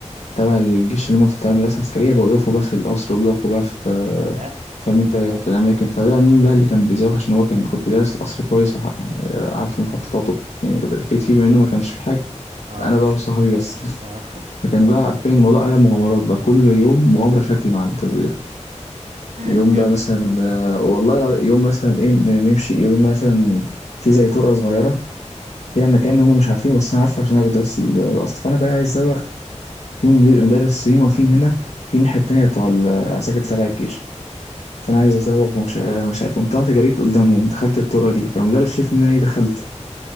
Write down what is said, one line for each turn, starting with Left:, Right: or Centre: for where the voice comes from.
Left: تبع الجيش اللي هم في تبع المدرسه العسكريه بقوا يقفوا بقى في القصر وبيقفوا بقى في
Right: ياه
Left: فاهم انت في الاماكن فبقى مين بقى اللي كان بيزوق عشان هو كان كنت دارس القصر كويس وعارف مخططاته يعني فيت فيه منه ما كانش فيه حاجه
Right: اه
Left: انا بقى وصحابي بس
Right: اه
Left: فكان بقى حرفيا الموضوع قلب مغامرات بقى كل يوم مغامرة شكل مع التزوير
Right: <laughs>
Left: يوم
Right: جامد
Left: بقى مثلا
Right: والله
Left: آه، والله الع- يوم مثلا ايه ن- نمشي يوم مثلا في زي طرقة صغيرة فيها مكان هم مش عارفينه بس انا عارفه عشان انا بدرس ال- الاصل فانا بقى عايز ازوغ يوم ليه المدرسين واقفين هنا في الناحية التانية بتوع العساكر تبع الجيش فانا عايز ازوغ ومش مش عارف قمت طلعت جريت قدامهم دخلت الطرقة دي فالمدرس شافني ان انا إيه، دخلت